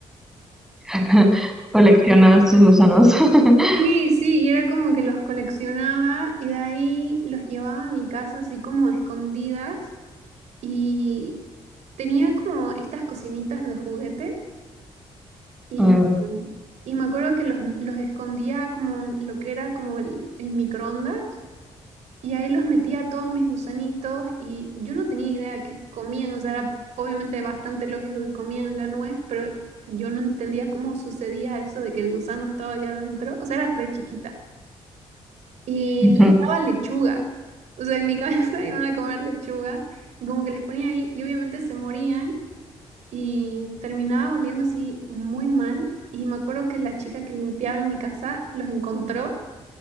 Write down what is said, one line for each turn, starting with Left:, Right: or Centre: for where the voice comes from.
Centre: <laughs> Colecciona sus gusanos. <laughs>
Right: Sí, sí, y era como que los coleccionaba y de ahí los llevaba a mi casa así como escondidas y tenía como estas cocinitas de juguete y,
Centre: Mm.
Right: y me acuerdo que los, los escondía como en lo que era como el, el microondas y ahí los metía a todos mis gusanitos y yo no tenía idea qué comían, o sea, era obviamente bastante lógico que comían la nuez, pero yo no entendía cómo sucedía eso de que el gusano estaba allá adentro, o sea, era re chiquita. Y
Centre: <laughs>
Right: les daba lechuga. O sea, en mi cabeza <laughs> iban a comer lechuga y como que les ponía ahí y obviamente se morían y terminaba oliendo así muy mal. Y me acuerdo que la chica que limpiaba en mi casa los encontró